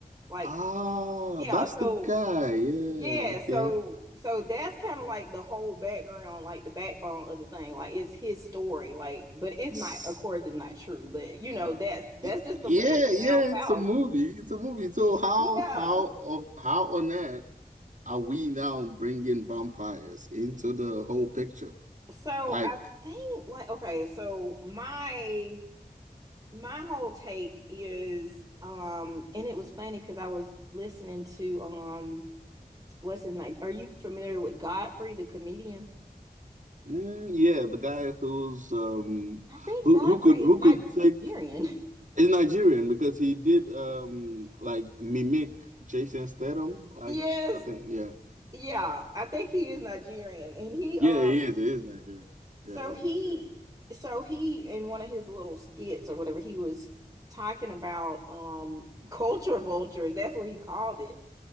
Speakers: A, on the right; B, on the right.
A: Like,
B: Ah,
A: yeah,
B: that's
A: so
B: the guy. Yeah,
A: yeah,
B: okay.
A: so so that's kind of like the whole background, like the backbone of the thing. Like it's his story, like, but it's not,
B: S-
A: of course, it's not true, but you know, that's that's
B: y-
A: just
B: Yeah,
A: the legend
B: yeah,
A: down
B: it's
A: south.
B: a movie. It's a movie. So how
A: Yeah.
B: how of how on earth are we now bringing vampires into the whole picture?
A: So
B: Like,
A: I think like okay, so my my whole take is um and it was funny because I was listening to um what's his name? Are you familiar with Godfrey, the comedian?
B: mm, yeah, the guy who's um
A: I think
B: who
A: Godfrey
B: who could who
A: is Nigerian.
B: could take
A: <laughs>
B: is Nigerian because he did um like mimic Jason Statham. Like,
A: Yes,
B: I think yeah,
A: yeah, I think he is Nigerian. And he
B: yeah,
A: um
B: he is. He is Nigerian.
A: so
B: Yeah, he's
A: he
B: Nigerian.
A: so he in one of his little skits or whatever, he was talking about um culture vultures. That's what he called it.